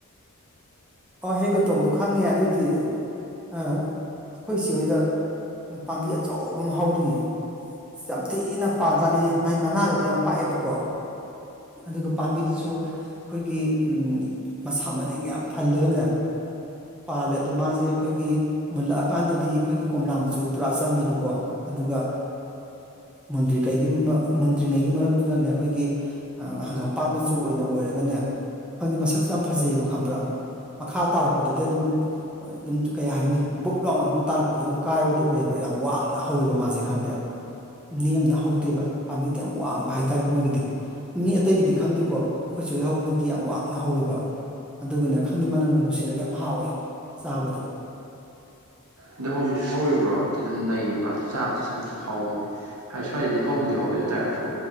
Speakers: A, in the centre; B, on the right.
A: ꯑꯣ ꯍꯦꯒ ꯇꯣꯡꯗꯣ ꯈꯪꯉꯦ ꯑꯗꯨꯗꯤ ꯑ ꯑꯈꯣꯏ ꯆꯦ ꯍꯣꯏꯗ ꯄꯥꯝꯕꯤ ꯑꯆꯧꯕ ꯑꯃ ꯍꯧꯔꯤꯌꯦ ꯌꯥꯝ ꯊꯤꯅ ꯄꯥꯟꯖꯥꯠꯅꯤ ꯍꯦ ꯃꯥꯏ ꯃꯅꯥꯒꯗꯣ ꯌꯥꯝ ꯄꯥꯛ ꯑꯦꯕꯀꯣ ꯑꯗꯨꯒ ꯄꯥꯝꯕꯤꯗꯨꯁꯨ ꯈꯣꯏꯒꯤ ꯎꯝ ꯃꯁꯥ ꯃꯔꯦꯡ ꯌꯥꯝ ꯐꯜꯂꯒ ꯅꯦ ꯄꯥꯜꯂꯦ ꯑꯗꯨ ꯃꯥꯁꯦ ꯑꯈꯣꯏꯒꯤ ꯃꯨꯜꯂꯛꯑ ꯀꯥꯟꯗꯗꯤ ꯈꯣꯏꯒꯤ ꯀꯣꯝꯂꯥ ꯃꯆꯨ ꯄꯨꯔꯥ ꯆꯪꯉꯦꯕꯀꯣ ꯑꯗꯨꯒ ꯃꯨꯟꯗ꯭ꯔꯤꯉꯩꯒꯤ ꯃ ꯃꯨꯟꯗ꯭ꯔꯤꯉꯩꯒꯤ ꯃꯔꯛꯇꯨꯅꯅꯦ ꯑꯈꯣꯏꯒꯤ ꯍꯪꯒꯥꯝꯄꯥꯟ ꯃꯆꯨ ꯑꯣꯏꯅ ꯑꯣꯏꯔꯒꯅꯦ ꯈꯪꯗꯦ ꯃꯁꯛꯁꯨ ꯌꯥꯝ ꯐꯖꯩꯌꯦꯕ ꯈꯪꯕ꯭ꯔꯥ ꯃꯈꯥ ꯇꯥꯔꯛꯄꯗꯗꯤ ꯑꯗꯨꯝ ꯑꯗꯨꯝ ꯀꯩ ꯍꯥꯏꯅꯤ ꯕꯨꯛ ꯂꯥꯎꯅ ꯑꯗꯨꯝ ꯇꯥꯔꯛꯄꯗ ꯑꯗꯨꯝ ꯀꯥꯏꯕꯗꯣ ꯑꯣꯏ ꯌꯦꯕ ꯌꯥꯝ ꯋꯥꯡꯅ ꯍꯧꯋꯦꯕ ꯃꯥꯁꯦ ꯈꯪꯕ꯭ꯔꯥ ꯅꯦꯝꯅ ꯍꯧꯗꯦꯕ ꯄꯥꯝꯕꯤꯗꯤ ꯌꯥꯝ ꯋꯥꯡꯕ ꯍꯥꯏꯇꯥꯔꯦ ꯃꯣꯏꯒꯤꯗꯤ ꯃꯤ ꯑꯇꯩꯒꯤꯗꯤ ꯈꯪꯗꯦꯀꯣ ꯈꯣꯏ ꯆꯦ ꯍꯣꯏꯗ ꯍꯧꯕꯗꯨꯗꯤ ꯌꯥꯝ ꯋꯥꯡꯅ ꯍꯧꯋꯦꯕ ꯑꯗꯨꯒꯅ ꯈꯪꯗꯦ ꯃꯅꯝꯒ ꯅꯨꯡꯁꯤꯔꯒ ꯌꯥꯝ ꯍꯥꯎꯏꯤ ꯆꯥꯕꯗ
B: ꯑꯗꯨ ꯍꯧꯖꯤꯛꯁꯨ ꯍꯧꯔꯤꯕ꯭ꯔꯣ <unintelligible> ꯗꯨꯝ ꯂꯩ <unintelligible> ꯑꯗꯨ ꯆꯥꯕꯗꯨꯁꯨ ꯌꯥꯝ ꯍꯥꯎꯕꯅꯦ ꯍꯥꯏꯗꯤ ꯁ꯭ꯋꯥꯏꯗꯗꯤ ꯍꯧꯕꯗꯤ ꯍꯧꯋꯦ ꯑꯗꯨ ꯇꯥꯔꯁꯨ